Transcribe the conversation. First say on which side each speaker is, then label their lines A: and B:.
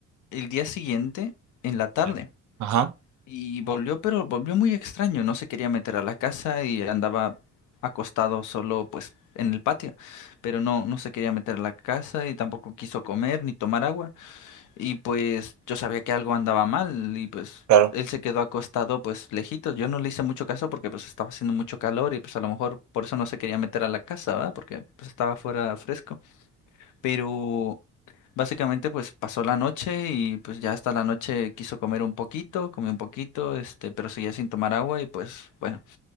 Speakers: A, on the left; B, on the right.
A: el día siguiente en la tarde.
B: Bien. Ajá,
A: Y volvió, pero volvió muy extraño, no se quería meter a la casa y andaba acostado solo, pues, en el patio, pero no, no se quería meter a la casa y tampoco quiso comer ni tomar agua. Y pues yo sabía que algo andaba mal y pues
B: claro.
A: él se quedó acostado pues lejito. Yo no le hice mucho caso porque pues estaba haciendo mucho calor y pues a lo mejor por eso no se quería meter a la casa, ¿verdad? Porque pues estaba fuera fresco. Pero básicamente pues pasó la noche y pues ya hasta la noche quiso comer un poquito, comió un poquito, este, pero seguía sin tomar agua y pues bueno,